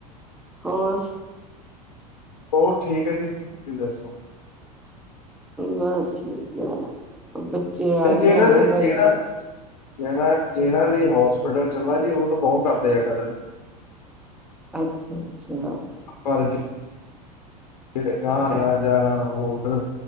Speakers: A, in the centre; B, on the left.
A: ਹੋਰ
B: ਹੋਰ ਠੀਕ ਹੈ ਜੀ, ਤੁਸੀਂ ਦੱਸੋ
A: ਬਸ ਠੀਕ ਹੈ ਬੱਚੇ ਆ
B: ਨਹੀਂ ਜਿਹਨਾਂ
A: ਗਏ ਨਾ
B: ਲਈ
A: ਵਾਈ
B: ਜਿਹਨਾਂ ਜਿਹਨਾਂ, ਜਿਹਨਾਂ ਲਈ ਹੋਸਪਿਟਲ ਚੱਲਾਂ ਜੀ ਉਹ ਤਾਂ ਬਹੁਤ ਕਰਦੇ ਆ ਕਦਰ
A: ਅੱਛਾ, ਅੱਛਾ
B: ਪਰ ਜੇ ਜਿਹੜੇ ਗਾਹ ਆ ਜਾਂ ਹੋਰ